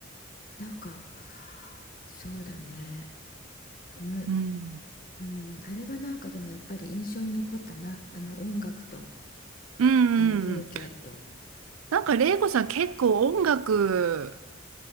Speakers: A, on the left; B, on the right.
A: なんか、そうだね。おも
B: うん
A: うん、あれはなんかでもやっぱり印象に残ったな。あの音楽と、
B: うんうん。
A: あの風景と。
B: なんか玲子さん結構音楽